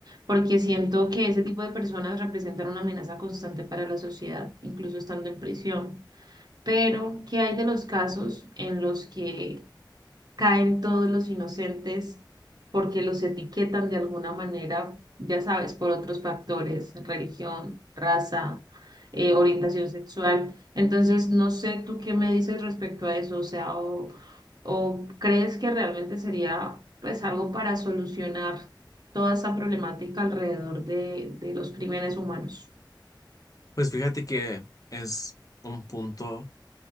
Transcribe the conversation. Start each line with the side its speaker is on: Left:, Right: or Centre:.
Right: porque siento que ese tipo de personas representan una amenaza constante para la sociedad, incluso estando en prisión. Pero, ¿qué hay de los casos en los que caen todos los inocentes porque los etiquetan de alguna manera, ya sabes, por otros factores, religión, raza, eh, orientación sexual. Entonces, no sé tú qué me dices respecto a eso, o sea, o, o crees que realmente sería pues algo para solucionar toda esa problemática alrededor de, de los crímenes humanos.
Left: Pues fíjate que es un punto